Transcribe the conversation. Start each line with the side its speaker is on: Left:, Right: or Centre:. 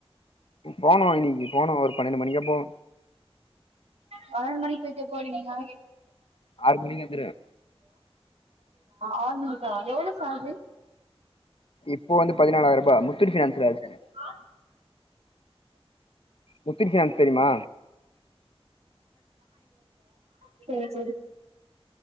Left: போனோ இன்னிக்கி போனோ ஒரு பன்னெண்டு மணிக்கா போவ
Right: பன்னெண்டு மணிக்கு போயிட்டு எப்ப வருவீங்க
Left: ஆறு மணிக்கு வந்துருவே
Right: ஆறுமணிக்கா எவ்வளோ சேலரி
Left: இப்போ வந்து பதினாலாயிரபா முத்து ஃபினான்ஸ்ல இருக்க
Right: ஆ
Left: முத்து ஃபினான்ஸ் தெரியுமா
Right: செரி செரி